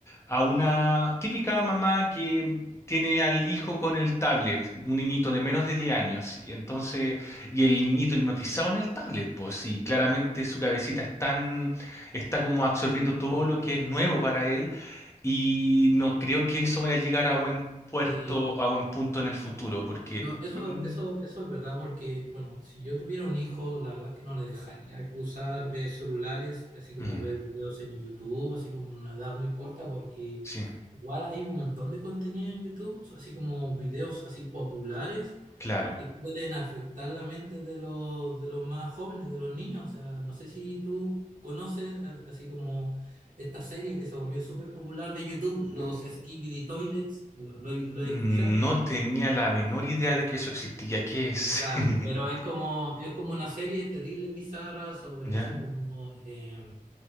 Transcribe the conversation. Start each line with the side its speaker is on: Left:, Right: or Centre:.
Left: a una típica mamá que tiene al hijo con el tablet, un niñito de menos de 10 años, y entonces, y el niñito hipnotizado en el tablet, pues sí, claramente su cabecita es tan- está como absorbiendo
Right: Ujú.
Left: todo lo que es nuevo para él, y no creo que eso vaya a llegar a buen puerto
Right: Sí,
Left: o a buen punto en el futuro, porque
Right: No,
Left: también...
Right: eso, eso, eso es verdad porque, bueno, si yo tuviera un hijo, la verdad es que no le dejaría usar eh, celulares, así como
Left: Mm,
Right: ver videos en YouTube, así como una edad muy corta, porque
Left: sí,
Right: igual hay un montón de contenido en YouTube, so, así como videos así populares
Left: claro.
Right: que pueden afectar la mente de los, de los más jóvenes, de los niños. O sea, no sé si tú conoces eh, así como esta serie que se volvió súper popular de YouTube, los Skibidi Toilets, ¿lo, lo, lo
Left: Mm,
Right: has escuchado?
Left: No tenía la menor idea de que eso existía. ¿Qué es?
Right: Ya,
Left: <laughs>
Right: pero es como, es como una serie terrible, bizarra, sobre
Left: ¿Ya?
Right: así como eh,